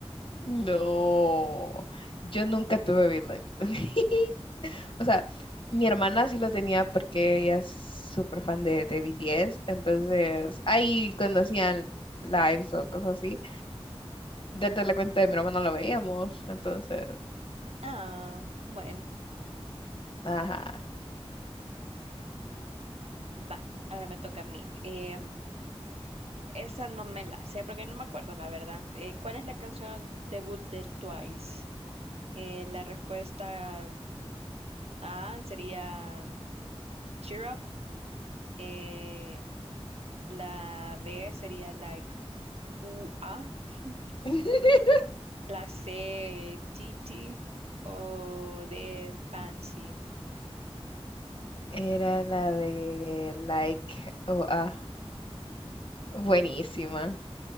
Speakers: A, on the left; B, on the right.
A: No, yo nunca tuve BitLife. <laughs> O sea, mi hermana sí lo tenía porque ella es súper fan de, de BTS, entonces ahí conocían lives o cosas así. Desde la cuenta de mi hermana lo veíamos, entonces,
B: Ah, bueno,
A: ajá.
B: va, ahora me toca a mí. Em, Esa no me la sé porque no me acuerdo, la verdad. Eh, ¿cuál es la canción debut de Twice? Eh, la respuesta A sería Cheer Up. eh, la B sería Like U A, <laughs>
A: <laughs>
B: La C, Titi o de Fancy.
A: Era la de Like o ah, buenísima.